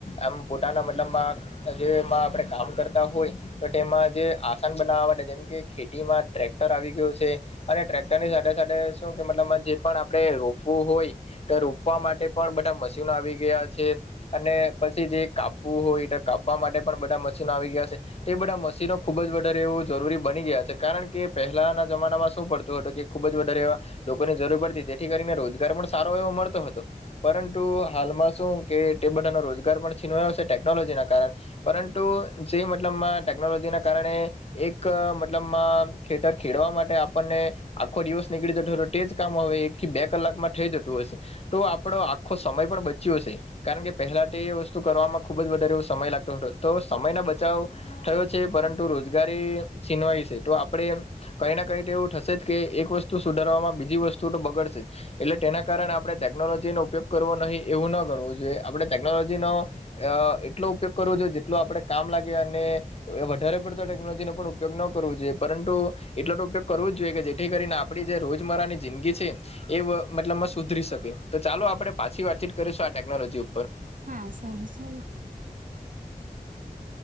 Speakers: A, on the left (about 45°); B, on the right (about 60°).
A: એમ પોતાના મતલબમાં અ જે એમાં આપડે કામ કરતા હોય તો તેમાં જે આસ સાન બનાવવા માટે જેમ કે ખેતીમાં ટ્રેક્ટર આવી ગયું છે. અને ટ્રેક્ટરની સાથે સાથે શું કે મતલબમાં જે પણ આપડે રોપવું હોય તે રોપવા માટે પણ બધા મશીનો આવી ગયા છે. અને પછી જે કાપવું હોય તો કાપવા માટે પણ બધા મશીનો આવી ગયા સે. તે બધા મશીનો ખુબજ વ ધારે એવું જરૂરી બની ગયા છે કારણ કે પેહેલાના જમાનામાં શું પડતું હતું કે ખુબ જ વધારે એવા લોકોની જરૂર પડતી તેથી કરીને રોજગાર પણ સારો એવો મળતો હતો. પરંતુ હાલમાં શું કે તે બધાનો રોજગાર પણ છીનવા્યો છે ટેકનોલોજીના કારણ પરંતુ જે મતલબમાં ટેકનોલોજીના કારણે એક અ મતલબમાં ખેટર ખેડવા માટે આપણને આખો દિવસ નીકળી જતો હતો તે જ કામ હવે એક થી બે કલાકમાં થઈ જતું હશે તો આપડો આખો સમય પણ બચ્યો હશે કારણ કે પહેલા તે વસ્તુ કરવામાં ખુબ જ વધારે એવો સમય લાગતો હતો તો સમય ના બચાવ થયો છે પરંતુ રોજગારી છીનવાય છે તો આપડણે કઈ ના કઈ તો એવું થશે જ કે એક વસ્તુ સુધારવામાં બીજી વસ્તુ તો બગડશે એટલે તેના કારણે આપણે ટેકનોલોજી નો ઉપયોગ કરવો નહી એવું ના ગણવું જોઈએ આપણે ટેકનોલોજીનો અ એટલો ઉપયોગ કરવો જો જેટલ આપડે કામ લાગે અને વધારે પડ ટેકનોલોજી ન પણ ઉપયોગ કરવો જોઈએ પરંતુ એટલો તો ઉપયોગ કરવું જ જોઈએ જેથી કરીને આપડી જે રોજમરાની જિંદગી છે એ મતલબમાં સુધરી શકે તો ચાલો આપણે પાછી વાતચીત કરીશું આ ટેકનોલોજી ઉપર
B: હા સારું ચાલો